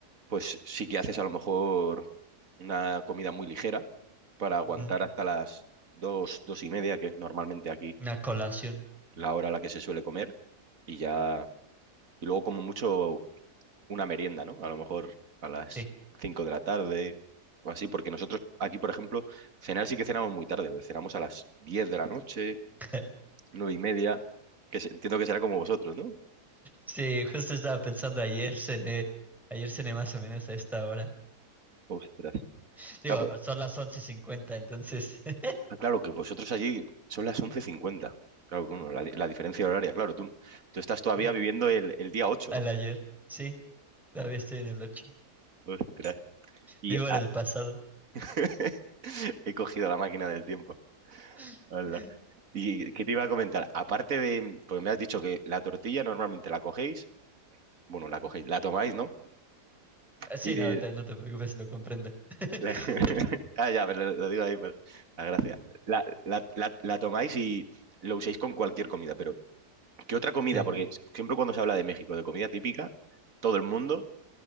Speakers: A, on the right; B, in the centre.
A: pues sí que haces a lo mejor una comida muy ligera para aguantar
B: Ujú,
A: hasta las dos, dos y media, que es normalmente aquí
B: Una colación.
A: la hora a la que se suele comer, y ya, y luego como mucho una merienda, ¿no? A lo mejor a las
B: Sí.
A: cinco de la tarde o así, porque nosotros aquí, por ejemplo, cenar sí que cenamos muy tarde, cenamos a las diez de la noche
B: <laughs>
A: nueve y media, que se- entiendo que será como vosotros, ¿no?
B: Sí, justo estaba pensando ayer cené, ayer cené más o menos a esta hora.
A: Ostras.
B: <laughs> Digo,
A: Claro, pues-
B: son las once cincuenta entonces, <laughs>
A: ah, claro, que vosotros allí son las once cincuenta Claro, bueno, la, di- la diferencia horaria, claro, tú, tú estás todavía
B: claro,
A: viviendo el, el día ocho
B: al
A: ¿no?
B: ayer. Sí, todavía estoy en el ocho
A: Ostras. Y
B: Vivo
A: ah,
B: en el pasado.
A: <laughs> he cogido la máquina del tiempo.
B: <laughs>
A: Hala. ¿Y qué te iba a comentar? Aparte de, pues me has dicho que la tortilla normalmente la cogéis, bueno, la cogéis, la tomáis, ¿no?
B: Ah, Sí,
A: Y de-
B: no, te- no te preocupes, lo comprendo. <laughs>
A: la- <laughs> Ah, ya, pero lo, lo digo ahí, pero... La gracia. La, la, la, la tomáis y lo uséis con cualquier comida, pero ¿Qué otra comida?
B: Sí,
A: Porque siempre cuando se habla de México, de comida típica, todo el mundo